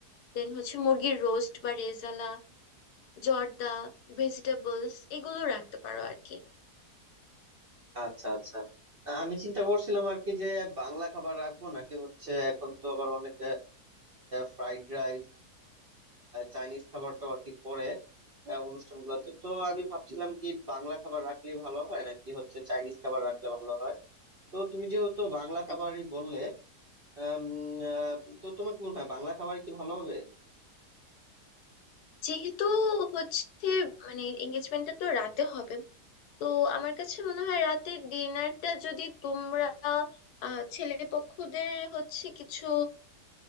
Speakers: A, on the left (about 75°); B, on the right (about 50°).
A: দেন হচ্ছে মুরগির রোস্ট বা রেজালা জর্দা ভেজিটেবলস এগুলো রাখতে পারো আর কি
B: আচ্ছা আচ্ছা আমি চিন্তা করছিলাম আর কি যে বাংলা খাবার রাখবো নাকি হচ্ছে এখন তো আবার অনেক ফ্রাইড রাইস চাইনিজ খাবারটাও আর কি করে আহ, অনুষ্ঠানগুলোতে তো আমি ভাবছিলাম কি বাংলা খাবার রাখলে ভালো হয় নাকি হচ্ছে চাইনিজ খাবার রাখলে ভালো হয় তো তুমি যেহেতু বাংলা
A: তা
B: খাবারই বললে আম, আহ, তো তোমার কি মনে হয় বাংলা খাবারই কি ভালো হবে
A: যেহেতু হচ্ছে মানে এঙ্গেজমেন্টটা তো রাতে হবে তো আমার কাছে মনে হয় রাতে ডিনারটা যদি তোমরা আহ ছেলে পক্ষদের হচ্ছে কিছু